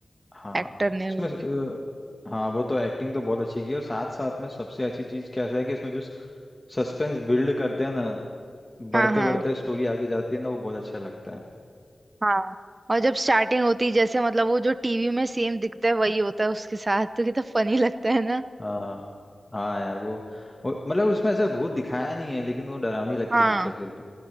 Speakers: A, on the left (about 20°); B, on the right (about 45°).
A: हाँ
B: एक्टर ने
A: उसमें
B: वो
A: अ, हाँ वो तो एक्टिंग तो बहुत अच्छी की है और साथ साथ में सबसे अच्छी चीज कैसा है कि उसमें जो सस्पेंस बिल्ड करते हैं ना बढ़ते
B: हाँ हाँ
A: बढ़ते स्टोरी आगे जाती है ना वो बहुत अच्छा लगता है
B: हाँ और जब स्टार्टिंग होती है जैसे मतलब वो जो टीवी में सेम दिखता है वही होता है उसके साथ तो कितना फनी लगता है ना
A: हाँ हाँ यार वो, वो मतलब उसमें ऐसा भूत दिखाया नहीं है लेकिन वो डरावनी लगती
B: हाँ
A: है पिक्चर फिर भी